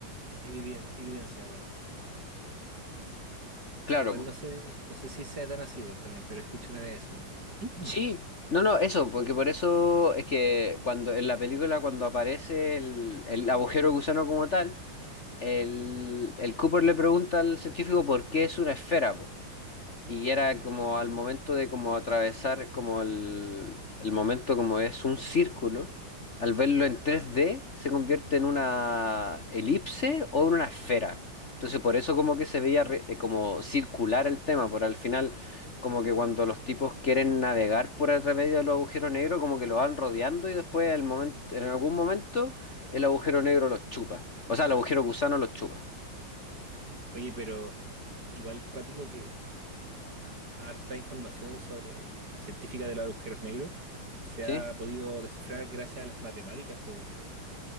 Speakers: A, on the right; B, on the left.
A: eviden- evidencia, weón.
B: Claro,
A: Igual
B: po.
A: no sé, no sé si sea tan así, weón, también, pero escuché una vez eso, weón. <clears throat>
B: sí. No, no, eso, porque por eso es que cuando en la película, cuando aparece el, el agujero gusano como tal, el, el Cooper le pregunta al científico por qué es una esfera, po. Y era como al momento de como atravesar como el, el momento como es un círculo, al verlo en tres d se convierte en una elipse o en una esfera. Entonces por eso como que se veía re- eh, como circular el tema, por al final como que cuando los tipos quieren navegar por a través de los agujeros negros como que lo van rodeando y después el momento, en algún momento el agujero negro los chupa. O sea, el agujero gusano los chupa.
A: Oye, pero igual cuático que hart- harta información sobre científica de los agujeros negros se
B: ¿Sí?
A: ha podido descifrar gracias a las matemáticas, po, weón.